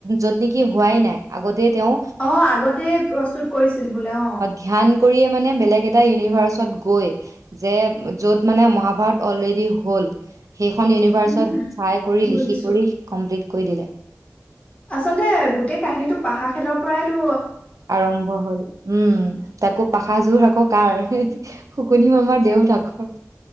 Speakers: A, on the right (about 80°); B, on the left (about 25°).
A: য'ত নেকি হোৱাই নাই আগত তেওঁ
B: অ আগতে প্ৰস্তুত কৰিছিল বোলে অ
A: ধ্যান কৰিয়ে মানে বেলেগ এটা ইউনিট তাৰ ওচৰত গৈ যে য'ত মানে মহাভাৰত অলৰেডি হ'ল সেইখন ইউনিত
B: উম
A: চাই কৰি
B: বুজিছো
A: লিখি কৰি কৰিমপ্লিট কৈ দিলে
B: আচলতে গোটেই কাহিনীটো পাহা খেলৰ পৰাইতো
A: আৰম্ভ হয় উম তাকো পাখাযোৰ আকৌ কাৰ শুকনি মামাৰ দেউতাকৰ